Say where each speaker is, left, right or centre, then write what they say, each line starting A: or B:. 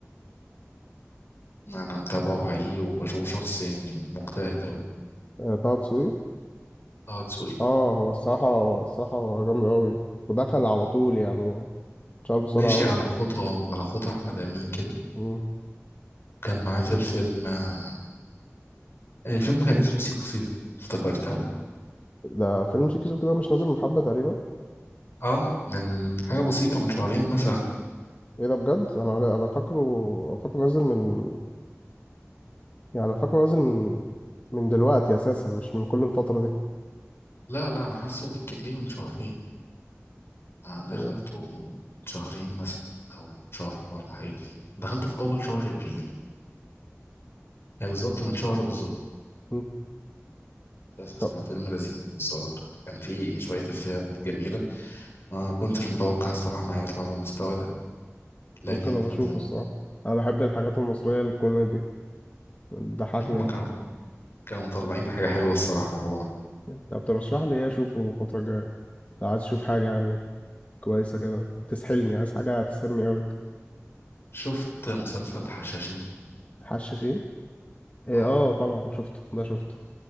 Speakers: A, on the left; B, on the left.
A: انا متابعه حقيقي وبشوفه شخص يعني مجتهد اوي
B: آه، طه دسوقي
A: طه دسوقي
B: اه هو الصراحة الصراحة هو جامد أوي ودخل على طول يعني اتشهر بسرعة
A: ماشي
B: أوي
A: على خطى على خطى احمد امين كده
B: مم.
A: كان معاه في الفيلم آه، الفيلم كان اسمه سيكو سيكو افتكرت انا
B: ده فيلم شيكي سوكي ده مش نازل من حبة تقريبا
A: اه من حاجه بسيطه من شهرين مثلا
B: ايه ده بجد انا انا فاكره فاكره نازل من يعني انا فاكره نازل من من دلوقتي اساسا مش من كل الفترة دي
A: لا لا انا حاسه بالكتير من شهرين انا دخلته
B: أوه.
A: من شهرين مثلا او شهر ولا حاجه دخلته في اول شهر ابريل يعني بالظبط من شهر بالظبط
B: مم.
A: بس
B: طب
A: كان فيلم لذيذ بصراحة كان فيه شوية إفيهات جميلة أنا ما كنتش متوقع الصراحة إنه هيطلع بالمستوى ده لكن
B: ممكن ابقى
A: كانوا
B: اشوفه الصراحة انا بحب الحاجات المصرية الكوميدي بتضحكني
A: هما كانوا كانوا مطلعين حاجة حلوة الصراحة مع بعض
B: انت بترشح لي ايه اشوفه الفترة الجاية لو عايز اشوف حاجة يعني كويسة كده تسحلني عايز حاجة تسحلني أوي
A: شفت مسلسل الحشاشين
B: حشاشين إيه،
A: اه
B: اه طبعا شفته ده شفته